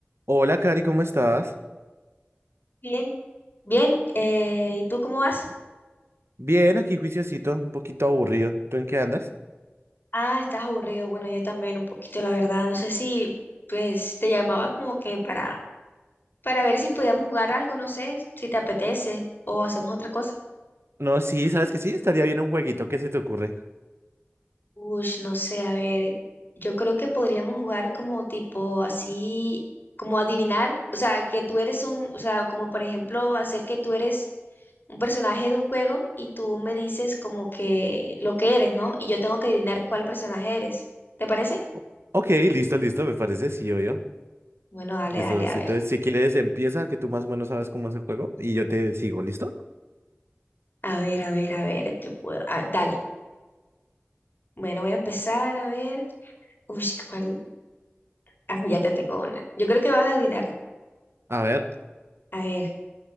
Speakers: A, on the right (about 75°); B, on the left (about 50°).
A: Hola, Cari, ¿cómo estás?
B: Bien, bien. eh, ¿y tú cómo vas?
A: Bien, aquí juiciosito, un poquito aburrido. ¿Tú en qué andas?
B: Ah, estás aburrido. Bueno, yo también un poquito, la verdad. No sé si, pues, te llamaba como que para, para ver si podíamos jugar algo, no sé, si te apetece o hacemos otra cosa.
A: No, sí, ¿sabes que sí? Estaría bien un jueguito, ¿qué se te ocurre?
B: Uy, no sé, a ver, yo creo que podríamos jugar como tipo así, como adivinar, o sea, que tú eres un, o sea, como por ejemplo, hacer que tú eres un personaje de un juego y tú me dices como que lo que eres, ¿no? Y yo tengo que adivinar cuál personaje eres. ¿Te parece?
A: O- Ok, listo, listo, me parece, sí, yo.
B: Bueno, dale,
A: Listo,
B: dale, a
A: sí,
B: ver.
A: entonces si quieres empieza, que tú más o menos sabes cómo es el juego, y yo te sigo, ¿listo?
B: A ver, a ver, a ver, ¿qué puedo? Ah, dale. Bueno, voy a empezar a ver. Uy, ¿cuál? <laughs> Ah, ya te tengo una. Yo creo que vas a adivinarla.
A: A ver,
B: A ver,